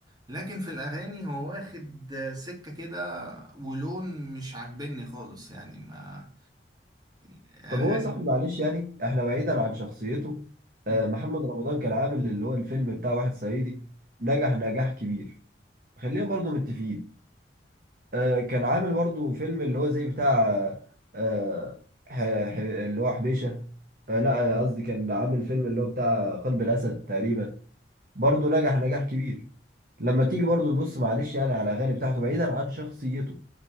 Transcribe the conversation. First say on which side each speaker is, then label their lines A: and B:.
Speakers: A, on the right (about 25°); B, on the right (about 50°).
A: لكن في الاغاني هو واخد آه، سكة كده ولون مش عاجبني خالص يعني ما يعني
B: طب هو
A: اغاني
B: صاحبي معلش يعني احنا بعيدا عن شخصيته
A: مم.
B: آه، محمد رمضان كان عامل اللي هو الفيلم بتاع واحد صعيدي نجح نجاح كبير خلينا برضو متفقين آه، كان عامل برضو فيلم اللي هو زي بتاع آه، ح- ح- اللي هو حبيشة آه، لا آه، قصدي كان عامل فيلم اللي هو بتاع قلب الأسد تقريبا برضو نجح نجاح كبير لما تيجي برضو تبص معلش يعني على الأغاني بتاعته بعيدا عن شخصيته